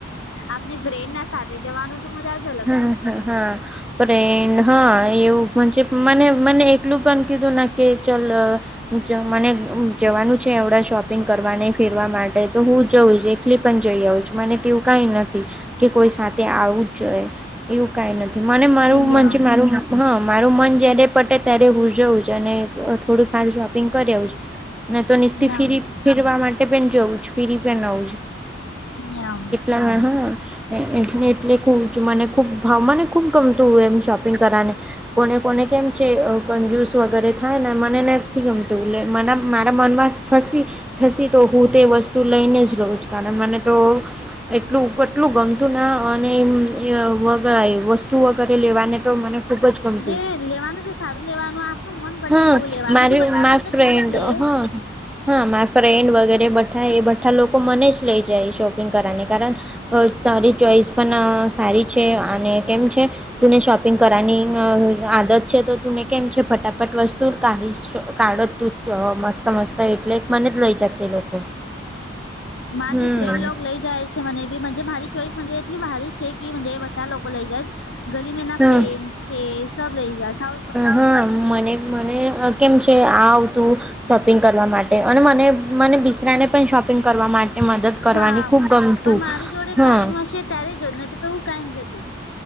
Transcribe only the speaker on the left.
આપની ફ્રેન્નના સાથે જવાનું તો મજા જ અલગ
છે.
છે યમ
યમ
યમ
એ લેવાનું તો સારું લેવાનું આપનું મન પટે
એવું લેવાનું
<unintelligible>
તો
તેવું જ લે
મારી
ફ્રેન્ડ લોગ લઈ જાય છે મને બી મારી ચોઈસ એટલી ભારી છે બધા લોકો લઈ જાઈ ગલીમેના
ફ્રેન્સે સબ લઈ જાઈ સા
હા
પણ મારી જોડે ટાઈમ
હશે ત્યારે જોજ નહી તો તો એ કઈ જતી